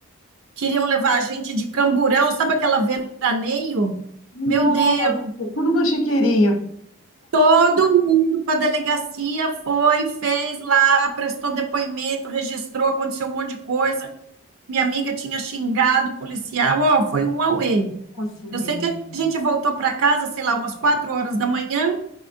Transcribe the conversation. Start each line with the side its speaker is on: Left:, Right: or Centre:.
Right: Queriam levar a gente de Camburão, sabe aquela veraneio?
Left: Nossa,
Right: Meu Deus,
Left: tudo no chiqueirinho.
Right: todo mundo para a delegacia foi, fez lá, prestou depoimento, registrou, aconteceu um monte de coisa. Minha amiga tinha xingado o policial, ó, oh, foi um auê.
Left: Nossa, menina.
Right: Eu sei que a gente voltou para casa, sei lá, umas quatro horas da manhã.